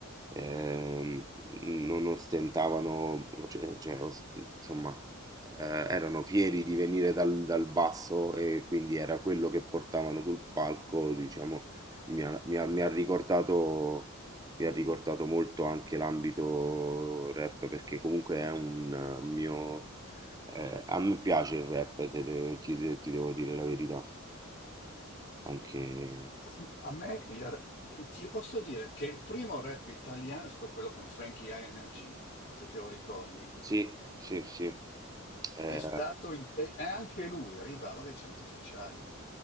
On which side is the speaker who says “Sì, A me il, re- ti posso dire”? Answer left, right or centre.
Left